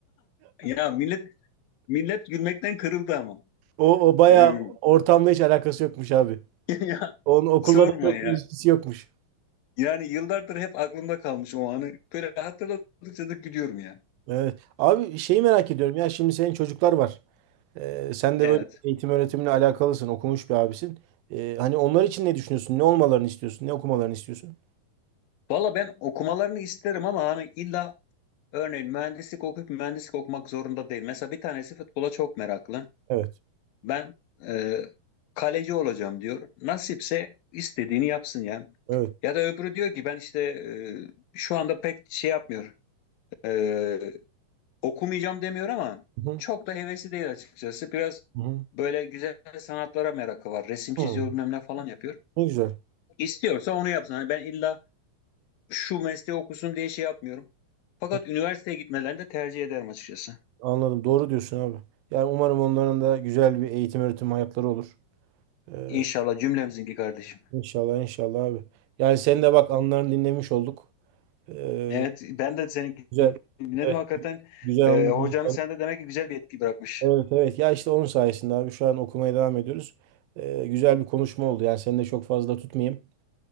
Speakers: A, on the left; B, on the right.
A: Ya millet Millet gülmekten kırıldı ama.
B: O, o bayağı
A: Ee,
B: ortamla hiç alakası yokmuş abi.
A: <laughs> ya
B: Onun okulla
A: sorma
B: da çok
A: ya.
B: bir ilişkisi yokmuş.
A: Yani yıllardır hep aklımda kalmış o anı. Böyle hatırladıkça da gülüyorum yani.
B: Evet. Abi şeyi merak ediyorum ya şimdi senin çocuklar var. Ee, sen de
A: Evet.
B: böyle eğitim öğretimle alakalısın, okumuş bir abisin. Ee, hani onlar için ne düşünüyorsun? Ne olmalarını istiyorsun? Ne okumalarını istiyorsun?
A: Valla ben okumalarını isterim ama hani illa örneğin mühendislik okuyup mühendislik okumak zorunda değil. Mesela bir tanesi futbola çok meraklı.
B: Evet.
A: Ben e, kaleci olacağım diyor. Nasipse istediğini yapsın ya.
B: Evet.
A: Ya da öbürü diyor ki ben işte e, şu anda pek şey yapmıyor. E, Okumayacağım demiyor ama
B: Hı hı.
A: çok da hevesi değil açıkçası. Biraz
B: Hı
A: böyle güzel sanatlara merakı var. Resim çiziyor
B: hı.
A: bilmem ne falan yapıyor.
B: Ne güzel.
A: İstiyorsa onu yapsın. Hani ben illa şu mesleği okusun diye şey yapmıyorum. Fakat
B: Hı.
A: üniversiteye gitmelerini de tercih ederim açıkçası.
B: Anladım. Doğru diyorsun abi. Yani umarım onların da güzel bir eğitim öğretim hayatları olur. Ee,
A: İnşallah cümlemizinki kardeşim.
B: inşallah inşallah abi. Yani sen de bak anılarını dinlemiş olduk. Ee,
A: Evet ben de seninki
B: güzel.
A: dinledim
B: Evet.
A: hakikaten.
B: Güzel
A: Ee,
B: anılar.
A: hocanın sende demek ki güzel bir etki bırakmış.
B: Evet evet ya işte onun sayesinde abi şu an okumaya devam ediyoruz. Ee, güzel bir konuşma oldu yani seni de çok fazla tutmayayım.